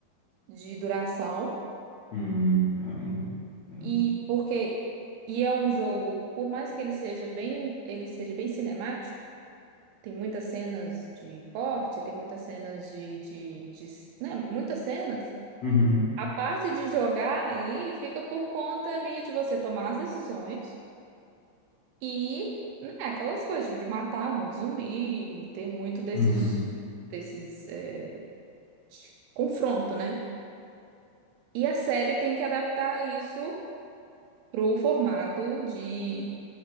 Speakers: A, on the right (about 80°); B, on the left (about 80°).
A: de duração,
B: uhum, caramba. É,
A: e porque e é um jogo, por mais que ele seja bem, ele seja bem cinemático, tem muitas cenas de corte, tem muitas cenas de, de, de, né, muitas cenas.
B: Uhum,
A: A parte de jogar ali fica por conta ali de você tomar as decisões e, né, aquelas coisas tipo, de matar muito zumbi, tem muito desses,
B: uhum,
A: desses é, de confronto, né? E a série tem que adaptar isso pro formato de